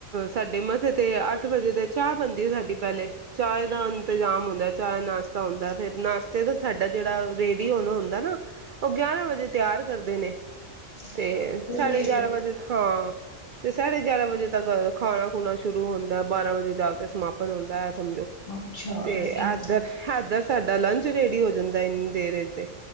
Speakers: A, on the right (about 70°); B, on the left (about 40°).
A: ਸਾਡੇ ਮਥੇ ਤੇ ਅੱਠ ਵਜੇ ਤੇ ਚਾਹ ਬੰਦੀ ਹੈ ਸਾਡੀ ਪਹਿਲੇ ਚਾਏ ਦਾ ਇੰਤਜ਼ਾਮ ਹੁੰਦਾ ਚਾਹਏ ਨਾਸ਼ਤੇ ਹਦਾ ਫਿਰ ਨਾਸ਼ਤੇ ਤਾਂ ਸਾਡਾ ਜਿਹੜਾ ਰੇਡੀੀਓਨ ਹੁੰਦਾ ਨਾ ਉਹ ਗਿਆਰਾਂ ਵਜੇ ਤਿਆਰ ਕਰਦੇ ਨੇ
B: ਅੱਛਾ
A: ਤੇ
B: ਏਨੀ
A: ਸਾਡੇ
B: ਲੇਟ
A: ਗਿਆਰਾਂ ਵਜੇ ਹਾਂ ਤੇ ਸਾਡੇ ਗਿਆਰਾਂ ਵਜੇ ਤੱਕ ਖਾਣਾ ਖੁਣਾ ਸ਼ੁਰੂ ਹੁੰਦਾ ਬਾਰਾਂ ਵਜੇ ਜਾ ਕੇ ਸਮਾਪਨ ਹੁੰਦਾ ਹੈ ਸਮਝੋ
B: ਅੱਛਾ
A: ਤੇ
B: ਏਨੀ
A: ਇਧਰ ਇੱਧਰ ਸਾਡਾ ਲੰਚ ਰੇਡੀ ਹੋ ਦੇਰੇ ਤੇ